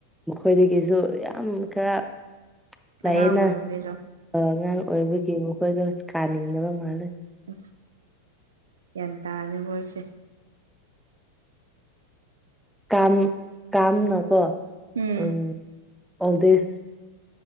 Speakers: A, in the centre; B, on the right (about 65°).
A: ꯃꯈꯣꯏꯗꯒꯤꯁꯨ ꯌꯥꯝ ꯈꯔ ꯂꯩꯌꯦꯅ
B: ꯑꯉꯥꯡ ꯑꯣꯏꯕꯒꯤꯔꯣ
A: ꯑꯉꯥꯡ ꯑꯣꯏꯕꯒꯤ ꯃꯈꯣꯏꯗꯣ ꯀꯥꯅꯤꯡꯗꯕ ꯃꯥꯜꯂꯦ
B: ꯑ ꯒꯌ꯭ꯥꯟ ꯇꯔꯦꯕꯣ ꯑꯩꯁꯦ
A: <unintelligible>
B: ꯎꯝ